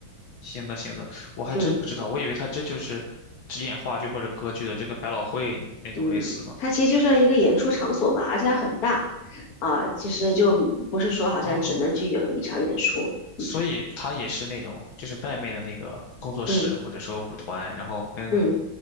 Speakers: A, on the left; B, on the left.
A: 行的行的，我还真不知道，
B: 嗯。
A: 我以为它这就是只演话剧或者歌剧的，就跟百老汇那种类似呢。
B: 嗯，它其实就像一个演出场所嘛，而且它很大啊，其实就不是说好像只能具有一场演出，
A: 哦，
B: 嗯
A: 所以他也是那种，就是外面的那个工作室或者说舞团，
B: 嗯
A: 然后跟
B: 嗯，